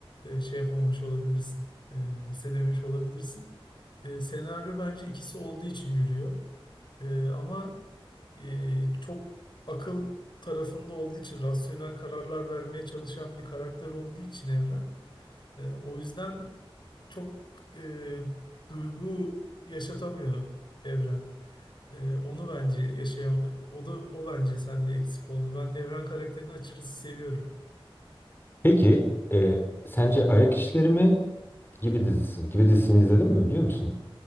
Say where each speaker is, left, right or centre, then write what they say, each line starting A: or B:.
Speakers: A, on the left; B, on the left.
A: e, şey yapamamış olabilirsin. Ee, hissedememiş olabilirsin. Ee, senaryo bence ikisi olduğu için yürüyor. Ee, ama e, çok akıl tarafında olduğu için rasyonel kararlar vermeye çalışan bir karakter olduğu için evren e, o yüzden çok e, duygu yaşatamıyor evren. E, onu bence yaşayam o da o bence sende eksik oldu. Ben Evren karakterini açıkçası seviyorum.
B: Peki e, sence Ayak İşleri mi gibi dizisi mi? Gibi dizisini izledin mi biliyor musun?